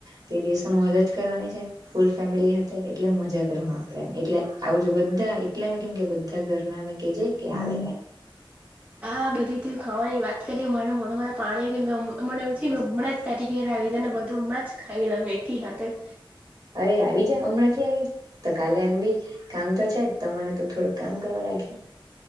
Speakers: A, on the right; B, on the right.
A: તે દિવસ મોજ જ કરવાની છે ફૂલ ફેમિલી હાતે એટલે મજા કરહુ આપડે એમ એટલે આવું જો બધા એટલે કેમ કે બધા ઘરનાને કેજે કે આવે એમ
B: આ બધી <unintelligible> ખાવાની વાત કરી મને મોડા મા પાણી કે મે મને એં હમણાં જ ત ઘરે આવી જાય ને બ બધુ હમણાં જ ખાઈલવ એકિહાતે
A: અરે આવી જા હમણાં થી આવી જા તો કાલે એમ બી કામ તો છે જ ત મને તું થોડુંક કામ કરવા લાગહે